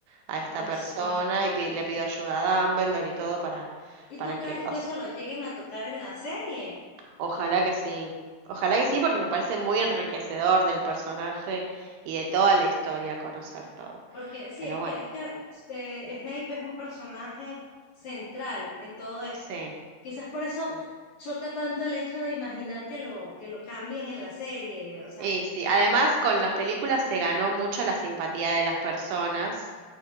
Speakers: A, on the right; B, on the left.
A: a esta
B: pues
A: persona
B: sí.
A: y pi- le pidió ayuda a Dumbledore y todo para,
B: ¿Y
A: para
B: tú crees
A: que, o
B: que
A: sea,
B: eso lo lleguen a tocar en la serie?
A: ojalá que sí, ojalá que sí, porque me parece muy enriquecedor del personaje y de toda la historia conocer todo.
B: Porque sí,
A: Pero
B: es
A: bueno,
B: que, es que este, Snape es un personaje central en todo esto.
A: sí,
B: Quizás por eso
A: sí.
B: choca tanto el hecho de imaginar que lo, que lo cambien en la serie. O sea,
A: Y sí, además con las películas se ganó mucho la simpatía de las personas.